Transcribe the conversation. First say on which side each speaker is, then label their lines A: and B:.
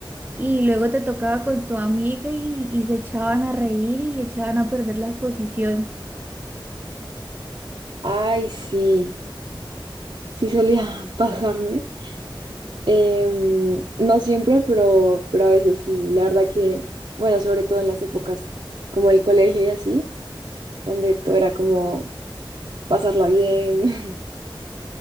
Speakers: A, on the right; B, on the right.
A: y luego te tocaba con tu amiga y, y se echaban a reír y echaban a perder la exposición.
B: Ay, sí, sí solía <laughs> pasarme. Em, no siempre, pero, pero a veces sí. La verdad que, bueno, sobre todo en las épocas como el colegio y así, donde todo era como pasarla bien